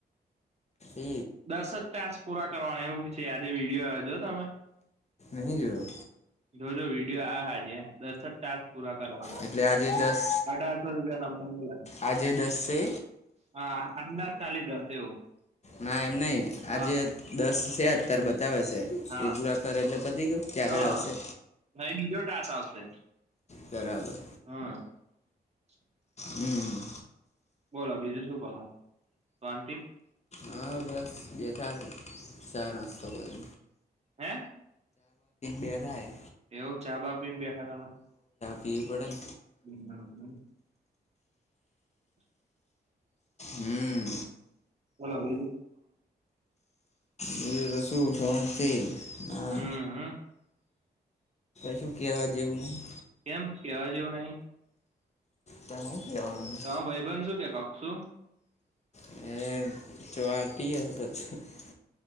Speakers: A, on the left (about 40°); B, on the right (about 35°).
A: એ
B: દસ જ તાસ પૂરા કરવાનું એવું છે આજે વિડીયો આવજો તમે
A: નહી જોયો
B: જો જો વિડીયો આ હાજ દસક ટ પૂરા કરવાના
A: એટલે આજે દસ
B: અઢારસો રૂપિયા તમને મળે
A: આજે દસે
B: હા અમંદાજ ચાલીસ જશે એવું
A: ના એમ નહિ આજે
B: હા
A: દસ છે અત્યારે બતાવે છે
B: હા
A: એ પૂરા કરે એટલે પતિ ગવું કે આગળ
B: હા
A: આવશે
B: હવે બીજો ટાસ આવશે
A: બરાબર
B: હા <unintelligible>
A: હમ
B: બોલો બીજું શું કરો શાંતિ
A: હા બસ બેઠાશે ચા નાસ્તો બધ
B: હે
A: બેઠા હે
B: એવું ચા બા પીને બેઠા તમે
A: પી પડેને
B: હમમકાર <unintelligible>
A: હમ
B: હલોળ
A: બજ ર શું શથી ના
B: હમ હમ
A: કશું કેવા જેવું નહીિ
B: કેમ કેવા જેવું નહી
A: તારે હું કહેવાનું
B: હ ભાઈબન શું કે કક શું
A: એ ચોવાટીી હ